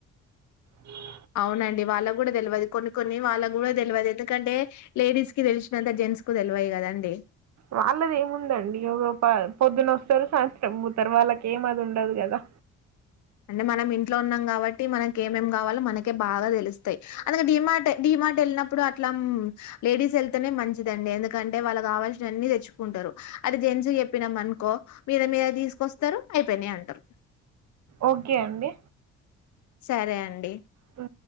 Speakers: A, on the right (about 65°); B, on the left (about 70°).
A: అ
B: అవునండి వాళ్ళకు కూడా తెలియదు కొన్ని కొన్ని వాళ్ళకు కూడా తెలియదు ఎందుకంటే లేడీస్ కి తెలిసినంత జెట్స్ కు తెలివాయి కదా అండి
A: వాళ్ళది ఏముందండి పొద్దున వస్తారు సాయంత్రం పోతారు వాళ్ళకి ఏమది ఉండదు కదా
B: అంటే మనం ఇంట్లో ఉన్నాం కాబట్టి మనకి ఏమేం కావాలో మనకే బాగా తెలుసు అ డి మార్ డి మార్ట్ ఎ ఇప్పుడు అట్లా లేడీస్ వెళ్తేనే మంచిదండి ఎందుకంటే వాళ్ళు కావాల్సిన అన్ని తెచ్చుకుంటారు అది ఎంచ చెప్పినాం అనుకో మీద మీద తీసుకొస్తారు అయిపోయినా అంటారు
A: ఓకే అండి
B: సరే అండి
A: అ